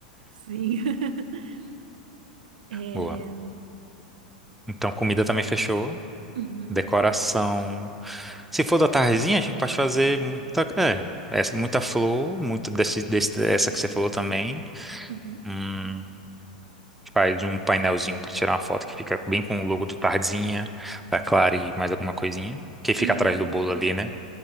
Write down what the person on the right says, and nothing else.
sim. <laughs> É,
uhum,
uhum.
Uhum.